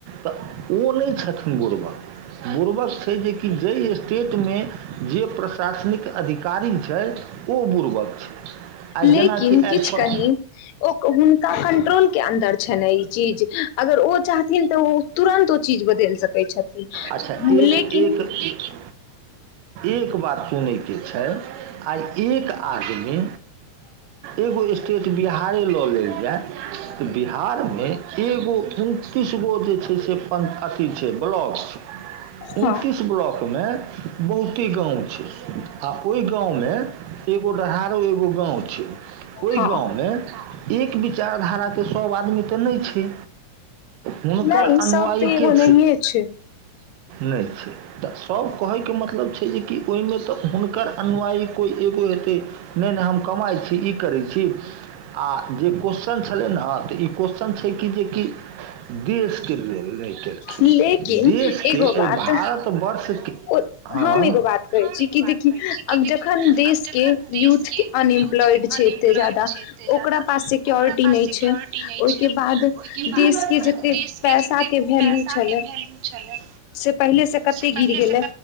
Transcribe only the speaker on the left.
लेकिन
किछु
कही ओ हुनका कंट्रोलकेँ अन्दर छनि ने ई चीज अगर ओ चाहथिन तऽ ओ तुरन्त ओ चीज बदलि सकैत छथिन
लेकिन
हँ
हँ
नहि
सभ तऽ एगो
नहिए छै
लेकिन
एगो
बात
ओ
हम एगो
बात कहै छी
कि
देखि
जखन देश
के
यूथ के अनएम्प्लॉयड
छै
एते जादा
ओकरा पास सिक्योरिटी
नहि
छै ओहिके
बाद
देश के जते
पैसा
के वैल्यू
छलै
से पहिले कते
गिर
गेलै